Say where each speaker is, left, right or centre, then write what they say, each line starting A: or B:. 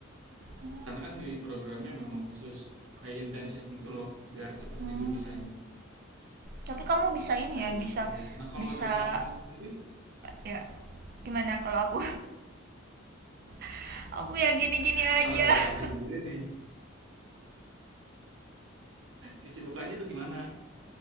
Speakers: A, on the right; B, on the right.
A: Hmm.
B: karena kan di programnya memang khusus kayak intensif gitu loh biar cepet
A: Hmm.
B: juga bisanya
A: Tapi kamu bisa ini
B: kayak
A: ya, bisa
B: gitu nah kalau
A: bisa
B: dari Alfi sendiri
A: ya gimana kalau aku <laughs> aku ya gini-gini
B: <laughs>
A: aja
B: kalau dari
A: <laughs>
B: Alfi sendiri nih kesibukannya tuh gimana